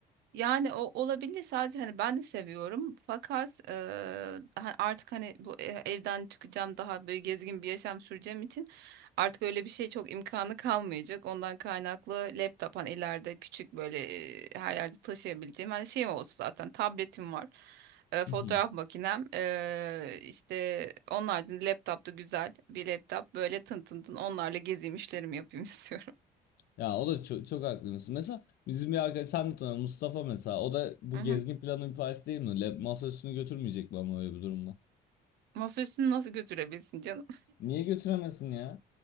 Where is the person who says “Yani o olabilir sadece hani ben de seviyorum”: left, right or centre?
Right